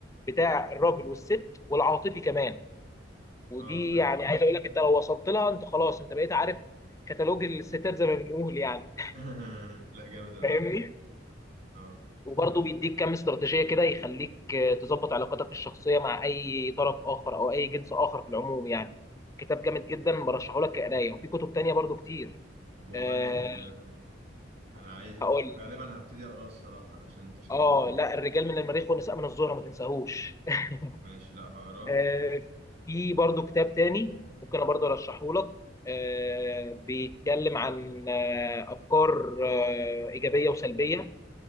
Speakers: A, on the left; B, on the right.
A: بتاع الراجل والست والعاطفي كمان ودي
B: اه فاهم
A: يعني عايز اقول لك انت لو وصلت لها انت خلاص انت بقيت عارف كتالوج الستات زي ما بنقول يعني
B: <laughs> لا جامد قوي
A: فاهمني؟
B: يا عم اه
A: وبرضه بيديك كام استراتيجية كده يخليك آه، تظبط علاقاتك الشخصية مع أي طرف آخر أو أي جنس آخر في العموم يعني كتاب جامد جدا برشحه لك كقراية وفي كتب تانية برضه كتير
B: طب والله
A: أه
B: انا انا عايز
A: هقول
B: غالبا هبتدي اقراه الصراحه علشان انت شدتني
A: اه
B: ليه
A: لا الرجال من المريخ والنساء من الزهرة ما تنساهوش <laughs>
B: ماشي لا هقراه
A: آه، في برضو كتاب تاني ممكن انا برضو ارشحه لك آه، بيتكلم عن آه، افكار آه، ايجابيه وسلبيه